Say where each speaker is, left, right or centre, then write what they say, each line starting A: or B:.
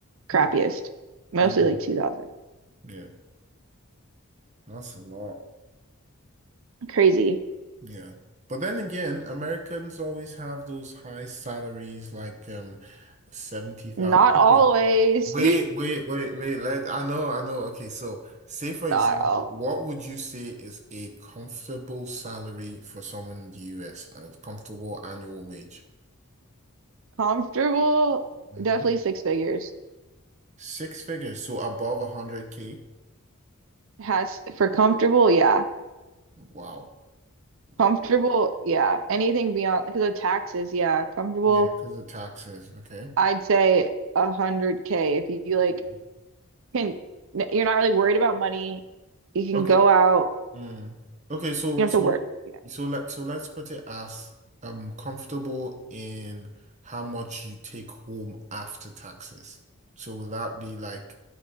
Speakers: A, on the right (about 60°); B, on the right (about 30°).
A: crappiest,
B: Hmm.
A: mostly
B: Mm.
A: like 2000.
B: Yeah, that's a lot.
A: Crazy.
B: Yeah. But then again, Americans always have those high salaries like um 70,000.
A: Not
B: Okay.
A: always.
B: Wait,
A: <laughs>
B: wait, wait, wait. Let I know, I know. Okay, so say for
A: Not
B: example,
A: all
B: what would you say is a comfortable salary for someone in the US, a comfortable annual wage?
A: comfortable.
B: hmm
A: Definitely six figures.
B: Six figures, so above 100K.
A: Has for comfortable, yeah.
B: Wow. Wow.
A: Comfortable,
B: Well,
A: yeah. Anything beyond because of taxes, yeah. Comfortable,
B: Yeah, because of taxes. Okay.
A: I'd say a hundred K if you, you like
B: Mm-hmm.
A: can you're not really worried about money. You can
B: Okay.
A: go out,
B: Mm. Okay, so
A: you don't
B: so
A: have to work, you know.
B: so let so let's put it as um comfortable in how much you take home after taxes. So will that be like